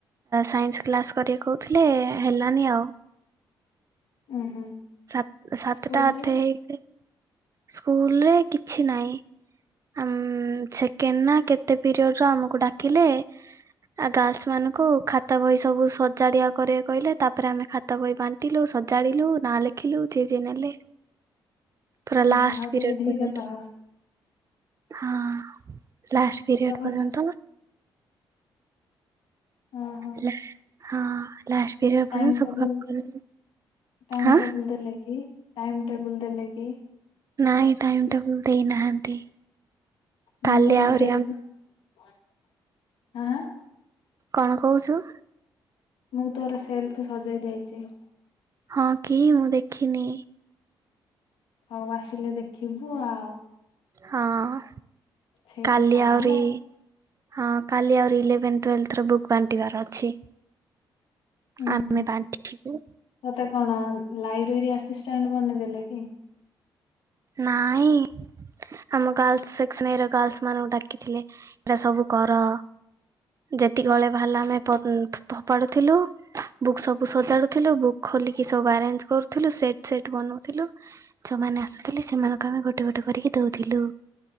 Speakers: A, on the right (about 35°); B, on the left (about 75°).
A: ସାଇନ୍ସ କ୍ଲାସ କରିବାକୁ କହୁଥିଲେ ହେଲାନି ଆଉ
B: ହୁଁ ହୁଁ
A: ସ ସାତଟା
B: ସ୍କୁଲରେ
A: ଅଧେ ହେଇକି ସ୍କୁଲରେ କିଛି ନାହିଁ ଆଁ ମ୍ ସେକେଣ୍ଡ ନା କେତେ ପିରିୟଡରେ ଆମକୁ ଡାକିଲେ ଆ ଗାର୍ଲସ ମାନଙ୍କୁ ଖାତା ବହି ସବୁ ସଜାଡିଆ କରେଇବାକୁ କହିଲେ ତାପରେ ଆମେ ତ ବହି ବାଣ୍ଟିଲୁ, ସଜାଡିଲୁ, ନାଁ ଲେଖିଲୁ ଦିଦି ନେଲେ। ପୁରା
B: ଉଁ
A: ଲାଷ୍ଟ
B: ହୁଁ ଆଉ
A: ପିରିୟଡ
B: ଟିକେ ଧୀରେ
A: ପର୍ଯ୍ୟନ୍ତ
B: କହ।
A: ହଁ ଲାଷ୍ଟ ପିରିୟଡ
B: ତୋ କଥା
A: ପର୍ଯ୍ୟନ୍ତ
B: ଉଁ ହୁଁ।
A: ହେଲା, ହଁ ଲାଷ୍ଟ। ପିରିୟଡ
B: ଟାଇମ୍
A: ପର୍ଯ୍ୟନ୍ତ ସବୁ
B: ଟେବୁଲ
A: କାମ କଲୁ
B: ଟାଇମ୍
A: ହାଁ
B: ଟେବୁଲ ଦେଲେ କି ଟାଇମ୍ ଟେବୁଲ ଦେଲେ କି?
A: ନାଇଁ ଟାଇମ ଟେବୁଲ ଦେଇନାହାନ୍ତି। କାଲି
B: ମୁଁ ତୋର
A: ଆହୁରି
B: ସେଲଫ
A: ଆମ
B: <unintelligible> ଆଁ।
A: କଣ କହୁଛୁ?
B: ମୁଁ ତୋର ସେଲ୍ଫ ସଜେଇ ଦେଇଛି।
A: ହଁ କି ମୁଁ ଦେଖିନି।
B: ହଉ ଆସିଲେ ଦେଖିବୁ ଆଉ।
A: ହଁ
B: ସେଇଠି
A: କାଲି
B: ଥା
A: ଆହୁରି,
B: ହେଲା
A: ହଁ ଖାଲି ଆହୁରି ଇଲେଭେନ ଟୁଏଲଥ୍ ର ବୁକ୍ ବାଣ୍ଟିବାର ଅଛି।
B: ଉୁଁ
A: ଆମେ
B: ହୁଁ
A: ବାଣ୍ଟିଥିବୁ
B: ତତେ କଣ ଲାଇବ୍ରେରୀ ଆସିଷ୍ଟାଣ୍ଟ ବନେଇଦେଲେ କି?
A: ନାଇଁ ଆମ ଗାର୍ଲ୍ସ ସେକ୍ସନ ଗାର୍ଲ୍ସମାନଙ୍କୁ ଡାକିଥିଲେ ଏରା ସବୁ କର ଯେତିକି ଅଳିହା ବାହାରିଲା ଆମେ ପ ଫୋପାଡୁଥିଲୁ। ବୁକ୍ ସବୁ ସଜାଡୁଥିଲୁ ବୁକ୍ ଖୋଲିକି ସବୁ ଆରେଞ୍ଜ କରୁଥିଲୁ ସେଟ ସେଟ ବନଉଥିଲୁ। ଯୋଉମାନେ ଆସୁଥିଲେ ସେମାନଙ୍କୁ ଆମେ ଗୋଟେ ଗୋଟେ କରିକି ଦଉଥିଲୁ।